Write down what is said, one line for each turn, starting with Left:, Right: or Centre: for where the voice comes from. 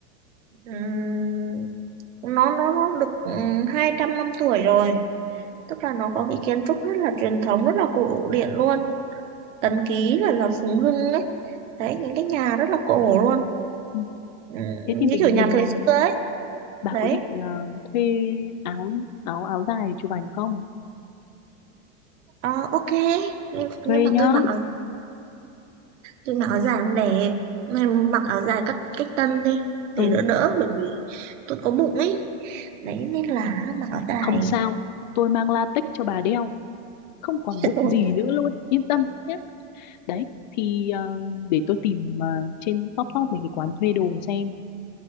Right: ừm, nó nó nó được um, 200 năm tuổi rồi tức là nó có cái kiến trúc rất là truyền thống rất là cổ điển luôn Tấn Ký là là Phùng Hưng ấy đấy những cái nhà rất là cổ luôn
Left: Ừ.
Right: Ừm,
Left: thế thì
Right: như
Left: mình
Right: kiểu nhà
Left: mình
Right: thời xưa ấy
Left: bà
Right: đấy
Left: có định ờ, thuê áo áo áo dài chụp ảnh không
Right: Ờ, ok Thế- nhưng
Left: thuê
Right: mà
Left: nhá
Right: tôi mặc áo tôi mặc áo dài không đẹp mày mặc áo dài cách cách tân đi để
Left: ừ
Right: đỡ đỡ bởi vì tôi có bụng ấy đấy nên là mặc áo dài
Left: không sao tôi mang latex cho bà đeo không còn
Right: <laughs>
Left: bụng gì nữa luôn yên tâm nhé đấy thì ờ, để tôi tìm ờ, trên top top mấy cái quán thuê đồ xem